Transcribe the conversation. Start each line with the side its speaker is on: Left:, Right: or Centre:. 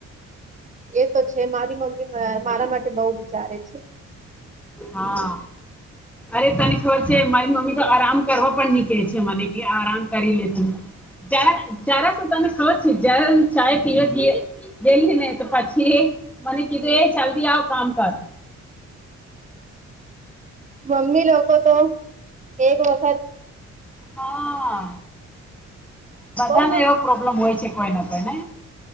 Right: એ તો છે મારી મમ્મી મારા માટે બહ વિચારે છે
Centre: હા અરે તને ખબર છે મારી મમ્મી તો આરામ કરવા પણ ની કહે છે મને એ આરામ કરી લેતું જ જરા શું તને ખબર છે જ ચ પી દીએ ગેલી ને તો પછી મને કીધું એ ચલ્દી આવ કામ કર
Right: મમ્મી લોકો તો એક વખત
Centre: હા બધા
Right: કોઈ
Centre: ને
Right: મમ્મી
Centre: એવો પ્રોબ્લેમ હોય છે કોઈને કોઈને